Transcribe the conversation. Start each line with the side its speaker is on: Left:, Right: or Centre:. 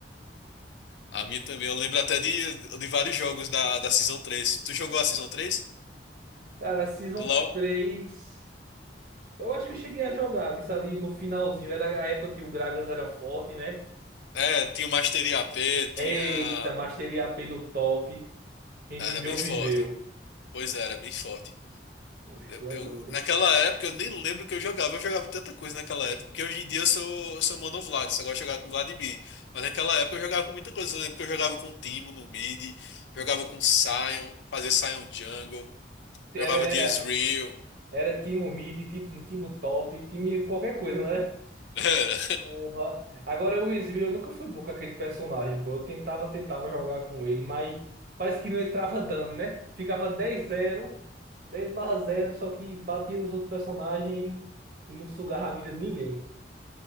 Left: A minha também. Eu lembro até de, de vários jogos da, da Season três Tu jogou a Season 3
Right: Cara, a Season
Left: do LoL?
Right: 3 eu acho que eu cheguei a jogar, visto ali no finalzinho, era a época que o Gragas era forte, né?
Left: É, tinha o Mastery A P tinha.
Right: Eita, Mastery A p no top, quem
Left: Era
Right: viveu,
Left: bem
Right: viveu.
Left: forte. Pois é, era bem forte.
Right: Oxe,
Left: Eu,
Right: tu é
Left: eu-
Right: doido.
Left: naquela época eu nem lembro o que eu jogava. Eu jogava tanta coisa naquela época. Porque hoje em dia eu sou, eu sou mono Vlad, só gosto de jogar com Vladimir. Mas naquela época eu jogava com muita coisa. Eu lembro que eu jogava com Timo no mid, jogava com Sion, fazia Sion Jungle,
Right: Era,
Left: jogava
Right: era,
Left: de Ezreal.
Right: era time mid, tipo, um time top, time qualquer coisa, né?
Left: <laughs> era
Right: Porra. Agora o Will eu nunca fui bom com aquele personagem, pô. Eu tentava, tentava jogar com ele, mas parece que não entrava dano, né? Ficava dez zero dez barra zero só que batia nos outros personagens e não sugava a vida de ninguém.